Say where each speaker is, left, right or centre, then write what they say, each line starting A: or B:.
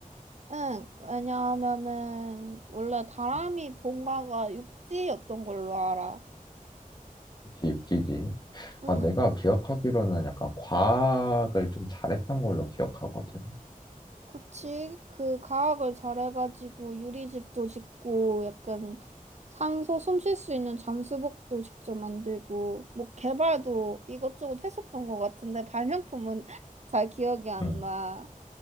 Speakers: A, on the right (about 50°); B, on the left (about 30°).
A: 응, 왜냐하면은 원래 다람이
B: 음,
A: 본가가 육지였던 걸로 알아.
B: 그치, 육지지.
A: 응.
B: 아, 내가 기억하기로는 약간 과학을 좀 잘했던 걸로 기억하거든.
A: 그치? 그 가학을 잘해가지고 유리집도 짓고 약간 산소 숨 쉴 수 있는 잠수복도 직접 만들고 뭐 개발도 이것저것 했었던 것 같은데 발명품은 <laughs> 잘 기억이 안
B: 응.
A: 나.